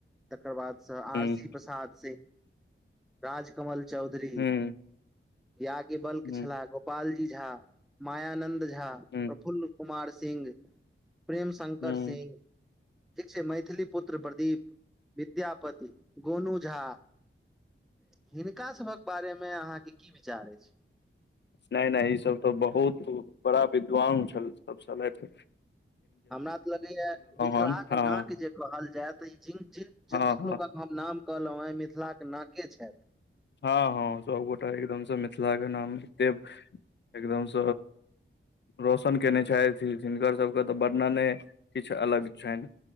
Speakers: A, in the centre; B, on the left.
A: तकर बा स आर
B: हूँ
A: सी प्रसाद सिंह राजकमल चौधर
B: हूँ
A: याज्ञ बिल्कूल
B: हूँ
A: छलाह गोपालजी झा मायानन्द झा
B: हूँ
A: प्रफुल्ल कुमार सिंह प्रेम शंकर
B: हूँ
A: सिह ठीक छै मैथिली पुत्र प्रदीप विद्यापति गोन झा हिनका सभक बारेमे हाँके की विचार अछि
B: नहि नहि ई सब तऽ बहुत बड़ा विद्वान छल छलथ
A: हमरा तऽ लगैया मिथिलाक
B: हन हँ
A: नाक जे कहल जाय त ई
B: हँ
A: जतेक
B: हँ
A: लोक हम नाम कहलहुँं आ मिथिलाक के नाके छथ
B: हँ हँ सबगोटा एकदमसँ मिथिला के नाम एते एकदमस रौशन केने छथि हिनकर सबके तऽ वर्णने किछु अलग छनि